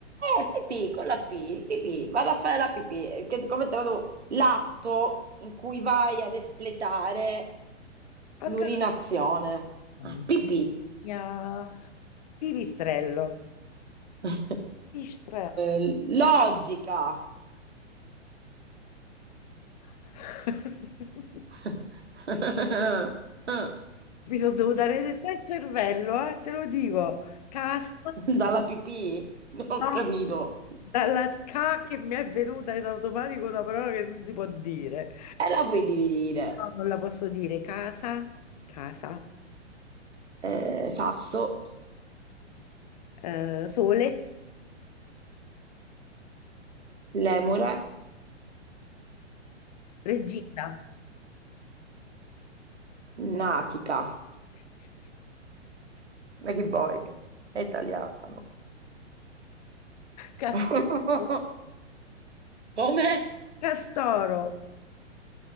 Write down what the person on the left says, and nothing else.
Ho
capito. Mamma
mia. Pipistrello.
Pipistrello.
<laughs>
Mi sono dovuta resettare il cervello, eh, te lo dico. Cassa,
no.
Dalla K che mi è venuta in automatico una parola che non si può dire.
No, non la posso dire. Casa, casa,
eh, sole,
regina,
<laughs>
castoro,
castoro,